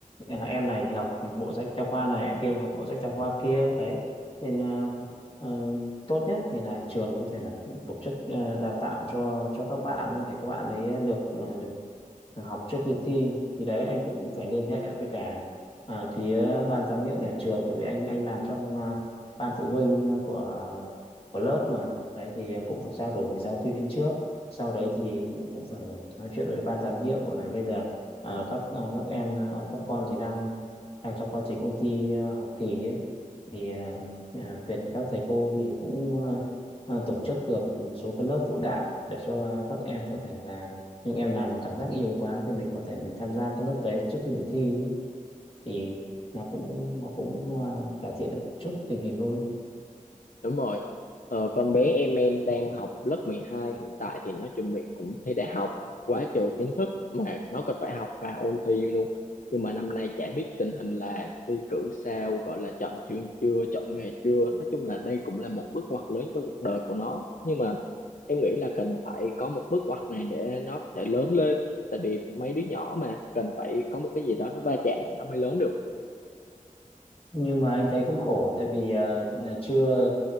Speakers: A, on the left (about 40°); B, on the left (about 70°).
A: À, em này thì học bộ sách giáo khoa này em kia học bộ sách giáo khoa kia đấy nên ờ, ờ, tốt nhất thì là trường có thể là tổ chức ờ, đào tạo cho cho các bạn ấy, để các bạn ấy được ờ, được học trước khi thi thì đấy anh cũng phải liên hệ với cả ờ, phía ban giám hiệu nhà trường tại vì anh anh làm trong ờ, ban phụ huynh của của lớp mà đấy thì cũng phải trao đổi với giáo viên trước sau đấy thì mình cũng phải nói chuyện với ban giám hiệu là bây giờ À, các à, các em à, các con thì đang đang trong quá trình ôn thi à, học kỳ ấy. Thì à, à, viện các thầy cô thì cũng à, à, tổ chức được một số cái lớp phụ đạo để cho à, các em có thể là những em nào mà cảm giác yêu quá thì mình có thể mình tham gia các lớp đấy trước khi mình thi ấy. Thì nó cũng nó cũng à, cải thiện được chút tình hình thôi
B: Đúng rồi. Ờ, con bé em em đang học lớp mười hai hiện tại thì nó chuẩn bị cũng thi đại học quá trời kiến thức mà nó còn phải học và ôn thi luôn. Nhưng mà năm nay chả biết tình hình là thi cử sao, gọi là chọn trường chưa, chọn nghề chưa. Nói chung là đây cũng là một bước ngoặt lớn trong cuộc đời của nó. Nhưng mà em nghĩ là cần phải có một bước ngoặt này để nó có thể lớn lên. Tại vì mấy đứa nhỏ mà cần phải có một cái gì đó nó va chạm thì nó mới lớn được.
A: nhưng mà anh thấy cũng khổ tại vì ờ, ờ, chưa